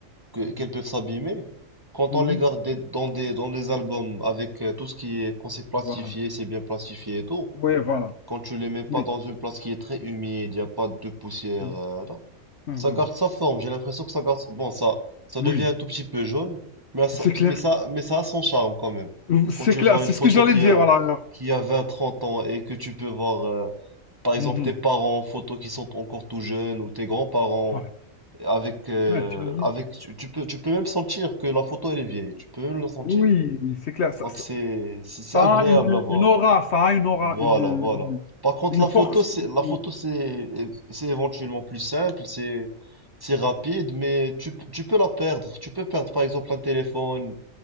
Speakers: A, on the right; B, on the left.
A: que, qu'elles
B: Mhm.
A: peuvent s'abîmer, quand
B: Mhm.
A: on les garde des- dans des, dans des albums avec euh, tout ce qui est, quand c'est plastifié,
B: Voilà.
A: c'est bien plastifié et tout,
B: Ouais, voilà.
A: Quand tu les mets pas
B: Oui.
A: dans une place qui est très humide, il n'y a pas de poussière,
B: Mhm.
A: euh, non.
B: Ouais,
A: Ça
B: voilà.
A: garde sa forme, j'ai l'impression que ça garde... Bon, ça, ça
B: Oui,
A: devient un tout petit peu jaune, mais ça,
B: c'est clair.
A: mais ça, mais ça a son charme quand même.
B: C'est
A: Quand tu
B: clair,
A: vois
B: c'est
A: une photo
B: ce que j'allais
A: qui
B: dire,
A: a,
B: voilà. alors.
A: qui a 20, 30 ans et que tu peux voir, euh, par
B: Mhm.
A: exemple, tes parents en photo qui sont encore tout jeunes ou tes grands-parents,
B: Ouais,
A: avec, euh,
B: Ouais, t'imagines?
A: avec, tu tu peux, tu peux même sentir que la photo elle est vieille, tu peux même le sentir.
B: Oui, c'est clair. Ça,
A: Donc
B: ça-
A: c'est, c'est c'est
B: ça
A: agréable
B: a une,
A: à voir.
B: une aura, ça a une aura,
A: Voilà,
B: une,
A: voilà.
B: une,
A: Par contre,
B: une
A: la
B: force.
A: photo, c'est la
B: une-
A: photo, c'est c'est éventuellement plus simple, c'est c'est rapide, mais tu, tu peux la perdre. Tu peux perdre, par exemple, un téléphone,